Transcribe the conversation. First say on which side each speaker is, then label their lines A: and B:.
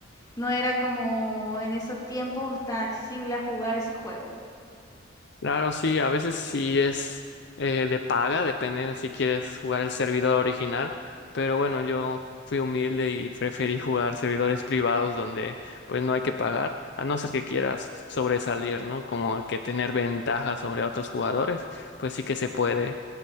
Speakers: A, on the left; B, on the left.
A: no era como en esos tiempos tan accesible a jugar ese juego.
B: Claro, sí, a veces sí es eh, de paga, depende de si quieres jugar el servidor original, pero bueno, yo fui humilde y preferí jugar servidores privados donde pues no hay que pagar, a no ser que quieras sobresalir, ¿no? Como que tener ventaja sobre otros jugadores, pues sí que se puede